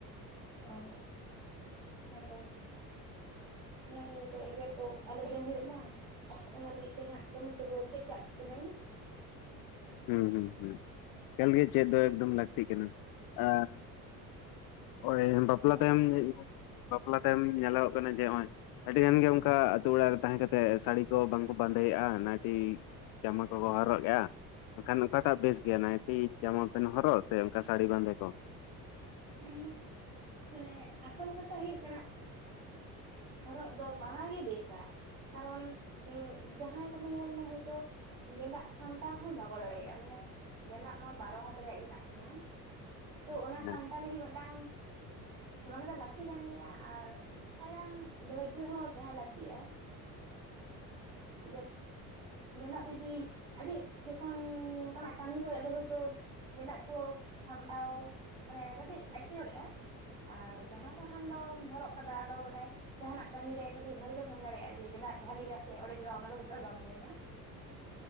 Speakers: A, on the right; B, on the left.
A: ᱚ, ᱦᱮᱸ ᱛᱚ᱾ ᱚᱱᱟᱜᱮ ᱡᱟᱛᱮ ᱮᱜᱮᱨ ᱠᱚ ᱟᱞᱚ ᱡᱚᱢ ᱦᱩᱭᱩᱜ ᱢᱟ᱾ ᱚᱱᱟ ᱞᱟᱹᱜᱤᱫ ᱛᱮ ᱦᱟᱸᱜ ᱠᱟᱹᱢᱤ ᱠᱚᱫᱚ ᱪᱮᱫ ᱠᱟᱜ ᱠᱟᱹᱱᱟᱹᱧ᱾
B: ᱦᱩᱸ ᱦᱩᱸ ᱦᱩᱸ, ᱮᱠᱷᱟᱞ ᱜᱮ ᱪᱮᱫ ᱫᱚ ᱮᱠᱫᱚᱢ ᱞᱟᱹᱠᱛᱤ ᱠᱟᱱᱟ, ᱟᱨ ᱳᱭ ᱵᱟᱯᱞᱟ
A: ᱦᱮᱸ
B: ᱛᱟᱭᱚᱢ, <inaudible> ᱵᱟᱯᱞᱟ ᱛᱟᱭᱚᱢ ᱧᱮᱞᱚᱜᱚᱜ ᱠᱟᱱᱟ ᱡᱮ ᱦᱚᱜᱸᱚᱭ ᱟᱹᱰᱤ ᱜᱟᱱ ᱜᱮ ᱚᱝᱠᱟ ᱟᱛᱩ ᱚᱲᱟᱜ ᱨᱮ ᱛᱟᱦᱮᱸ ᱠᱟᱛᱮᱜ ᱥᱟᱲᱤ ᱠᱚ ᱵᱟᱝᱠᱚ ᱵᱟᱸᱫᱮᱭᱮᱜᱼᱟ ᱱᱟᱭᱴᱤ ᱡᱟᱢᱟ ᱠᱚ ᱠᱚ ᱦᱚᱨᱚᱜᱮᱜ-ᱟ᱾ ᱮᱠᱷᱟᱱ ᱚᱠᱟᱴᱟᱜ ᱵᱮᱥ ᱜᱮᱭᱟ ᱱᱟᱭᱴᱤᱡ ᱡᱟᱢᱟ ᱯᱮᱱ ᱦᱚᱨᱚᱜ ᱥᱮ ᱚᱝᱠᱟ ᱥᱟᱹᱲᱤ ᱵᱟᱸᱫᱮ ᱠᱚ?
A: ᱩᱸᱻ! ᱢᱟᱱᱮ ᱟᱥᱚᱞ ᱠᱟᱛᱷᱟ ᱦᱩᱭᱩᱜ ᱠᱟᱱᱟ ᱦᱚᱨᱚᱜ ᱫᱚ ᱵᱟᱱᱟᱨ ᱜᱮ ᱵᱮᱥ, ᱠᱟᱨᱚᱱ ᱡᱟᱦᱟᱸᱭ ᱠᱚᱫᱚ ᱧᱮᱞ ᱢᱮ ᱦᱚᱭᱛᱳ ᱜᱮᱸᱫᱟᱜ ᱥᱟᱢᱴᱟᱣ ᱦᱚᱸ ᱵᱟᱠᱚ ᱫᱟᱲᱮᱭᱟᱜᱼᱟ ᱢᱟᱱᱮ ᱜᱮᱸᱫᱟᱜ ᱢᱟ ᱵᱟᱨᱚ ᱦᱟᱛ ᱨᱮᱭᱟᱜ ᱜᱮᱸᱫᱟᱜ ᱠᱟᱱᱟ, ᱛᱚ ᱚᱱᱟ
B: ᱦᱮᱸ
A: ᱥᱟᱢᱴᱟᱣ ᱞᱟᱹᱜᱤᱫ ᱢᱤᱫᱴᱟᱝ ᱢᱚᱱᱮ ᱫᱚ ᱞᱟᱹᱠᱛᱤ ᱠᱟᱱ ᱜᱮᱭᱟ ᱟᱨ ᱢᱤᱫᱴᱟᱝ ᱫᱷᱳᱨᱡᱚ ᱦᱚᱸ ᱛᱟᱦᱮᱸ ᱞᱟᱹᱠᱛᱤᱜ-ᱟ ᱾ <unintelligible> <inaudible> ᱟᱹᱰᱤ ᱡᱚᱠᱷᱚᱱ ᱚᱱᱠᱟᱱᱟᱜ ᱠᱟᱹᱢᱤ ᱠᱚᱨᱮ ᱫᱚ ᱦᱚᱭᱛᱚ ᱜᱮᱸᱫᱟᱜ ᱠᱚ ᱥᱟᱢᱴᱟᱣ ᱢᱟᱱᱮ ᱠᱟᱹᱴᱤᱡ ᱮᱸᱴᱠᱮᱴᱚᱲᱮᱜ-ᱟ ᱾ ᱟᱨ ᱡᱟᱢᱟ ᱠᱚ ᱠᱷᱟᱱ ᱫᱚᱢ ᱦᱚᱨᱚᱜ ᱠᱟᱫᱟ ᱟᱫᱚ <inaudible> ᱡᱟᱦᱟᱱᱟᱜ ᱠᱟᱹᱢᱤ ᱨᱮ ᱠᱟᱹᱴᱤᱡ ᱵᱷᱟᱞᱮ ᱜᱮᱢ ᱠᱟᱹᱢᱤ ᱫᱟᱲᱮᱭᱟᱜ-ᱟ, ᱡᱮ ᱜᱮᱸᱫᱟᱜ ᱡᱷᱟᱹᱞᱤᱜ-ᱟ ᱥᱮ ᱚᱲᱮᱡᱚᱜ-ᱟ ᱚᱱᱟ ᱫᱚ ᱵᱚᱛᱚᱨ ᱵᱟᱝ ᱛᱟᱦᱮᱱᱟ᱾